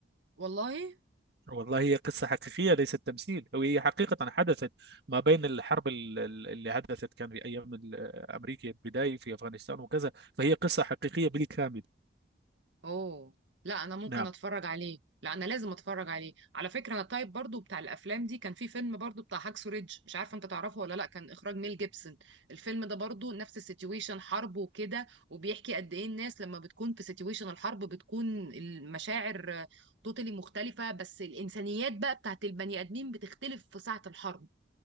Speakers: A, on the right (about 75°); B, on the right (about 55°).
A: والله
B: والله هي قصة حقيقية ليست تمثيل وهي حقيقة حدثت ما بين الحرب ال- ال- اللي حدثت كان في أيام ال- أمريكا البداية في أفغانستان وكذا فهي قصة حقيقية بالكامل
A: اوه لا انا ممكن
B: نعم
A: اتفرج عليه لا انا لازم اتفرج عليه على فكره انا التايب برضو بتاع الافلام دي كان في فيلم برضو بتاع هاكسو ريدج مش عارفه انت تعرفه ولا لا كان اخراج ميل جيبسون الفيلم ده برضو نفس السيتويشن حرب وكده وبيحكي قد ايه الناس لما بتكون في سيتويشن الحرب بتكون المشاعر توتالي مختلفه بس الانسانيات بقى بتاعت البني ادمين بتختلف في ساعه الحرب